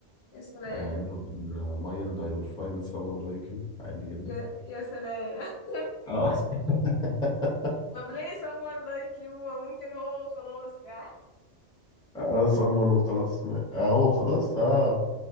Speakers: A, on the left; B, in the centre.
A: يا سلام
B: آه، never mind I will find someone like you عادي جدا
A: يا, يا سلام <laughs>
B: اه <laughs>
A: طب ليه someone like you ما ممكن هو خلاص يعني
B: اه someone وخلاص ما- آه هو وخلاص اه